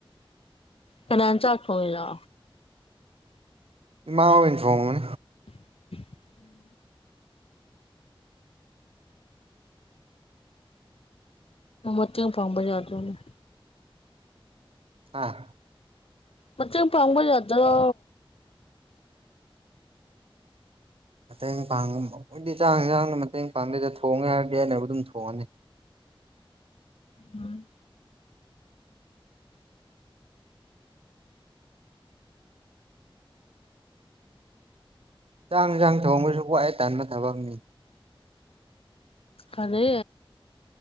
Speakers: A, on the left; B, on the right.
A: ꯐ ꯆ ꯑꯦꯂ
B: ꯃꯩꯅ ꯐꯣꯟ
A: <inaudible> ꯃꯠꯇꯦꯡꯨ ꯐꯥꯡꯕ ꯌꯥꯗꯅꯤ
B: ꯑꯥ
A: ꯃ ꯏꯪ ꯐꯉꯕꯜ ꯌꯥꯗ꯭ꯔꯣ
B: ꯃꯇꯦꯡ ꯄꯥꯡꯉ ꯑꯣꯏꯗꯤ ꯆꯥꯡ ꯆꯥꯡꯅ ꯃꯇꯦꯡ ꯄꯥꯡꯗꯦꯗ ꯊꯣꯡꯦ ꯌꯥꯔꯗꯤ ꯍꯥꯏꯕꯨ ꯑꯗꯨꯝ ꯊꯣꯡꯉꯅꯤ
A: ꯎꯝ
B: ꯆꯥꯡ ꯌꯦꯟꯁꯥꯡ ꯊꯣꯡꯕꯁꯨ ꯋꯥꯏ ꯇꯥꯟꯕ ꯊꯕꯛꯅꯤ
A: ꯈꯂꯦ